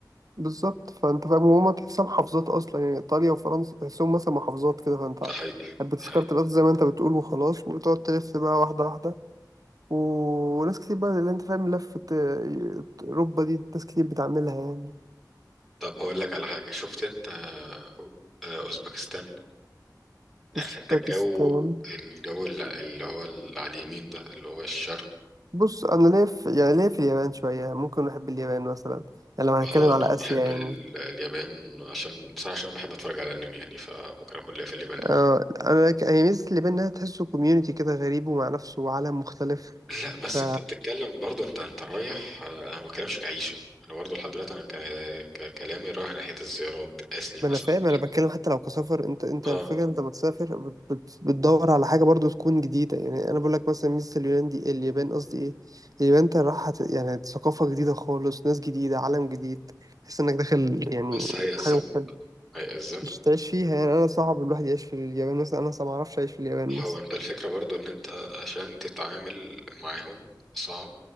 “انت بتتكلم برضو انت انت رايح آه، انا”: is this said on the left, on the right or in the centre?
Centre